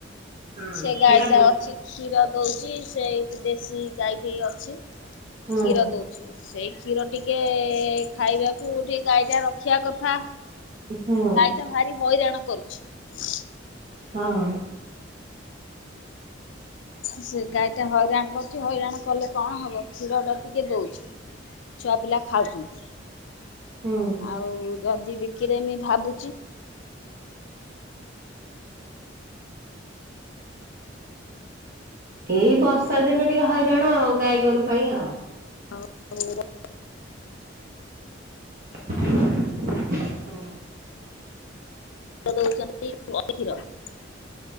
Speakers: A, on the right (about 50°); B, on the left (about 70°).
A: ହଁ
B: ସେ
A: କ୍ଷୀର
B: ଗାଈ ଟା
A: ଦଉ
B: ଅଛି। କ୍ଷୀର ଦଉଛି ସେ ଦେଶୀ ଗାଈଟେ ଅଛି।
A: ହୁଁ
B: କ୍ଷୀର ଦଉଛି। ସେଇ କ୍ଷୀର ଟିକେ ଖାଇବାକୁ ଟିକେ ଗାଈ ଟା ରଖିବା କଥା।
A: ହୁଁ।
B: ସେ ଭାରି ହଇରାଣ କରୁଛି।
A: ହଁ।
B: ସେ ଗାଈ ଟା ହଇରାଣ କରୁଛି। ହଇରାଣ କଲେ କଣ ହବ? କ୍ଷୀରତ ଟିକେ ଦଉଛି। ଛୁଆ ପିଲା ଖାଉଛନ୍ତି।
A: ହୁଁ ହୁଁ
B: ଆଉ ଯଦି ବିକିଦେମି ଭାବୁଛି।
A: ଏଇ ବର୍ଷା ଦିନେ ଟିକେ ହଇରାଣ ଆଉ ଗାଈ ଗୋରୁ ପାଇଁ ଆଉ।
B: <unintelligible>
A: ହୁଁ।
B: <unintelligible>